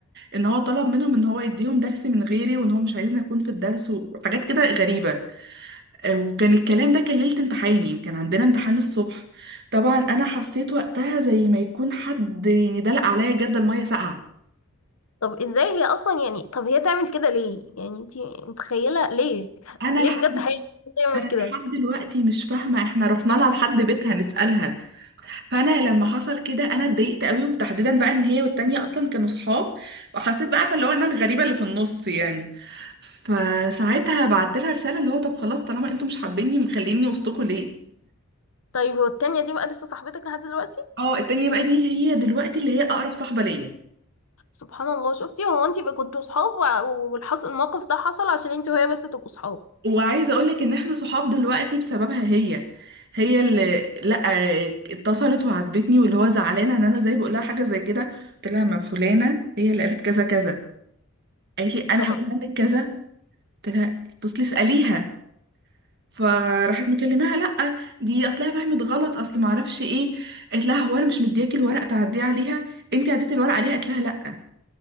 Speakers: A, on the right; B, on the left.
A: ان هو طلب منهم ان هو يديهم درس من غيري وان هو مش عايزني اكون في الدرس وحاجات كده غريبه آه، وكان الكلام ده كان ليله امتحان يعني كان عندنا امتحان الصبح طبعا انا حسيت وقتها زي ما يكون حد يعني دلق عليا جدا ميه ساقعه
B: طب ازاي هي اصلا يعني طب هي تعمل كده ليه يعني انتي متخيلة ليه
A: انا
B: ليه
A: لحد
B: بجد هي تعمل
A: انا
B: كده
A: لحد دلوقتي مش فاهمه احنا رحنا لها لحد بيتها نسالها فانا لما حصل كده انا اتضايقت قوي وتحديدا بقى ان هي والتانية اصلا كانوا صحاب وحسيت بقى عارفه اللي هو انا الغريبه اللي في النص يعني فساعتها بعت لها رساله اللي هو طب خلاص طالما انتوا مش حابيني مخليني وسطكوا ليه
B: طيب هو التانية دي بقى لسه صاحبتك لحد دلوقتي
A: اه التانية بقى دي هي دلوقتي اللي هي اقرب صاحبه ليا
B: سبحان الله شفتي هو انتي بقى كنتوا صحاب وع- والحص الموقف ده حصل عشان انتي وهي بس تبقوا صحاب
A: وعايزه اقولك ان احنا صحاب دلوقتي بسببها هي هي اللي لا اتصلت وعاتبتني واللي هو زعلانه ان انا زي بقول لها حاجه زي كده قلت لها ما فلانه هي اللي قالت كذا كذا قالت لي انا
B: طب
A: هقول عنك كذا قلت لها اتصلي اساليها فراحت مكلماها لا دي اصلها فهمت غلط اصل ما اعرفش ايه قالت لها هو انا مش مدياكي الورق تعديه عليها انت عديتي الورق عليها قالت لها لا